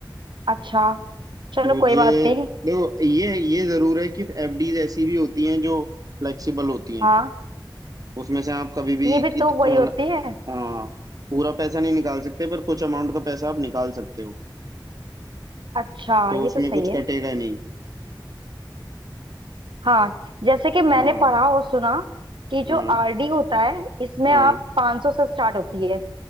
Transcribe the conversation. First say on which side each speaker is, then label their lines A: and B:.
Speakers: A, on the right (about 85°); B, on the right (about 50°).
A: अच्छा चलो
B: मुझे
A: कोई बात नहीं
B: देखो ये ये जरूर है कि एफडीज ऐसी भी होती हैं जो फ्लेक्सिबल होती हैं
A: हाँ
B: उसमें से आप कभी भी
A: ये भी
B: कित
A: तो वही
B: मतलब
A: होती है
B: हाँ पूरा पैसा नहीं निकाल सकते पर कुछ अमाउंट का पैसा आप निकाल सकते हो
A: अच्छा
B: तो
A: ये
B: उसमें
A: तो सही
B: कुछ
A: है
B: कटेगा नहीं
A: हाँ जैसे कि मैंने
B: हाँ
A: पढ़ा और सुना कि जो
B: हाँ
A: आरडी होता है इसमें
B: हाँ
A: आप 500 से स्टार्ट होती है